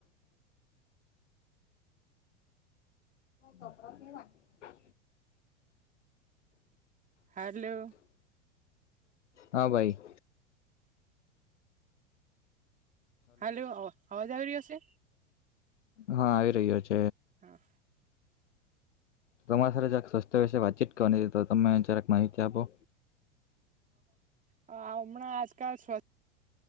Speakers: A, on the left; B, on the right.
A: તોપરા વા <unintelligible>
B: હલોલો.
A: હા ભાઈ.
B: હલો અવાજ આવી રહ્યો છે.
A: હા આવી રહ્યો છે.
B: હા.
A: તમારી સાથે જક સ્વસ્થ્ય વિશે વાતચીત કરવાની તો તમે જરાક માહિતી આપો.
B: હમણાં આજકાલ સ્